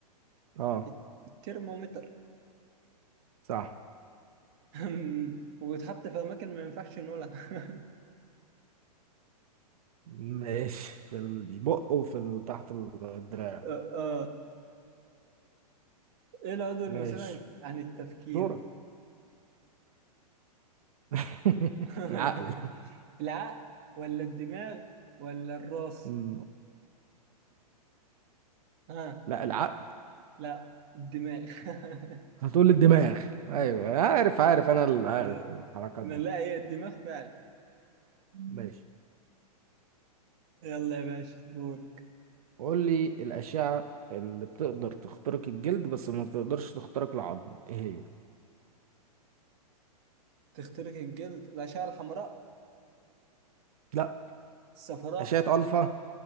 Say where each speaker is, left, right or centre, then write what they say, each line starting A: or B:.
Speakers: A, on the right (about 65°); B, on the right (about 45°).
A: اه
B: الت- الترمومتر
A: صح
B: <laughs> وبتحط في أماكن ما ينفعش نقولها <laughs>
A: ماشي في البق وفي ال- تحت الدراع
B: آه آه. إيه العضو المسؤول
A: ماشي
B: عن عن التفكير؟
A: دورك <laughs>
B: <laughs>
A: العقل
B: العقل ولا الدماغ ولا الراس؟
A: مم.
B: ها
A: لا العقل
B: لا الدماغ <laughs>
A: هتقول لي الدماغ ايوه عارف عارف انا اللي
B: آه،
A: عارف الحركات
B: لا
A: دي
B: هي الدماغ فعلا
A: ماشي
B: يلا يا باشا دورك
A: قول لي الاشعه اللي بتقدر تخترق الجلد بس ما بتقدرش تخترق العظم ايه هي
B: تخترق الجلد الأشعة الحمراء
A: لا
B: الصفراء
A: اشعه الفا